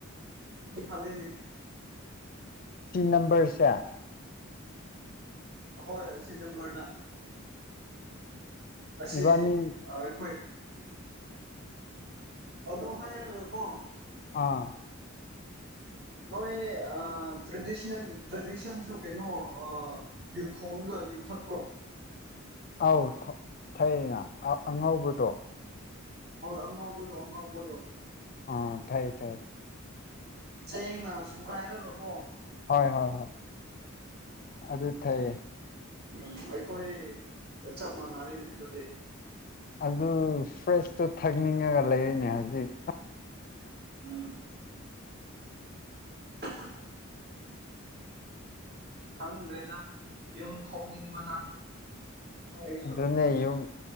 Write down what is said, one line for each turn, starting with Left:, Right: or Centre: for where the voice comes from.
Right: ꯈꯜꯂꯦꯅꯦ
Left: ꯁꯤ ꯅꯝꯕꯔꯁꯦ
Right: ꯑꯍꯣꯏ ꯑꯁꯤ ꯅꯝꯕꯔꯗ ꯑꯁꯤ
Left: ꯏꯕꯥꯅꯤ
Right: ꯑꯥ ꯑꯩꯈꯣꯏ ꯑꯗꯨ ꯍꯥꯏꯔꯒ ꯀꯣ
Left: ꯑꯥ
Right: ꯅꯣꯏ ꯑꯥ ꯇ꯭ꯔꯦꯗꯤꯁꯅꯦꯜ ꯇ꯭ꯔꯦꯗꯤꯁꯟꯁꯨꯨ ꯀꯩꯅꯣ ꯑꯥ ꯌꯨ ꯊꯣꯡꯔꯒ ꯌꯨ ꯊꯛꯄ꯭ꯔꯣ
Left: ꯑꯧ ꯊꯩ ꯊꯛꯑꯦꯅ ꯑꯉꯧꯕꯗꯣ
Right: ꯍꯣꯏ ꯑꯉꯥꯎꯕꯗꯣ ꯑꯉꯥꯎꯕꯗꯣ
Left: ꯑꯥ ꯐꯩ ꯐꯩ
Right: ꯆꯦꯡꯅ ꯁꯨꯒꯥꯏꯔꯒꯀꯣ
Left: ꯍꯣꯏ ꯍꯣꯏ ꯍꯣꯏ ꯑꯗꯨ ꯊꯛꯑꯦ
Right: ꯎꯝ ꯑꯩꯈꯣꯏ ꯆꯞ ꯃꯟꯅꯔꯦꯅꯦ ꯑꯗꯨꯗꯤ
Left: ꯑꯗꯨ ꯐ꯭ꯔꯦꯁꯇꯨ ꯊꯛꯅꯤꯡꯉꯒ ꯂꯩꯔꯤꯅꯦ ꯍꯧꯖꯤꯛ
Right: ꯎꯝ <unintelligible> ꯈꯪꯗ꯭ꯔꯦꯗ ꯌꯨꯝ ꯊꯣꯛꯅꯤꯡꯕꯅ ꯑꯩꯁꯨ
Left: ꯑꯗꯨꯅꯦ ꯌꯨꯝ